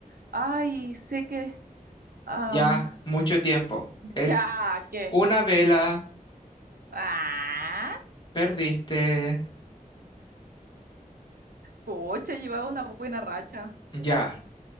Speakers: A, on the right; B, on the left.
A: Ay, sé que... am,
B: Ya, mucho tiempo. Es
A: ya, ¿qué?
B: una vela.
A: Ah,
B: Perdiste.
A: pucha, llevaba una buena racha.
B: Ya,
A: Ya,